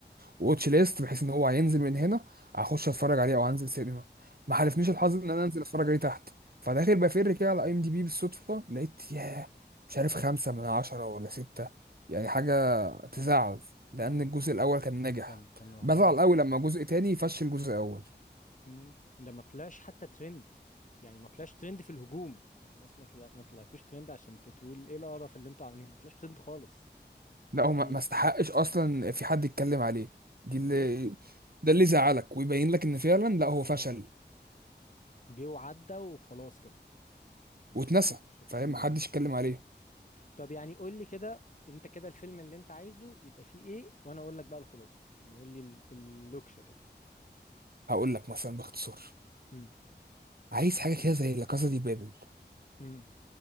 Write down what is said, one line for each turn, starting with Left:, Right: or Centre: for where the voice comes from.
Right: الواتش ليست بحيث ان هو هينزل من هنا هخش اتفرج عليه او هنزل سينما ما حالفنيش الحظ ان انا انزل اتفرج عليه تحت فداخل بفر كده على اي ام دي بي بالصدفه لقيت ياه مش عارف خمسة من عشرة ولا ستة يعني حاجة تزعل
Left: اه
Right: لأن الجزء الأول كان ناجح
Left: كان كان رهيب
Right: بزعل أوي لما جزء تاني يفشل جزء أول
Left: مم. ده ما طلعش حتى ترند يعني ما طلعش ترند في الهجوم يعني الناس ما طلع... ما طلعتوش ترند عشان تقول ايه القرف اللي انتوا عاملينه ما طلعش ترند خالص
Right: لا هو
Left: جه
Right: ما ما
Left: تقريبا
Right: استحقش أصلا في
Left: آه،
Right: حد يتكلم عليه دي
Left: بالظبط
Right: اللي ده اللي يزعلك ويبين لك إن فعلا لا هو فشل
Left: جه وعدى وخلاص كده ما
Right: واتنسى
Left: حدش اهتم
Right: فاهم محدش
Left: بيه
Right: اتكلم عليه
Left: طب يعني قول لي كده انت كده الفيلم اللي انت عايزه يبقى فيه ايه وانا اقول لك بقى الخلاصه يعني قول لي ال- اللوكشه كده
Right: هقول لك مثلا باختصار
Left: امم
Right: عايز حاجه كده زي لا كاسا دي بابل
Left: امم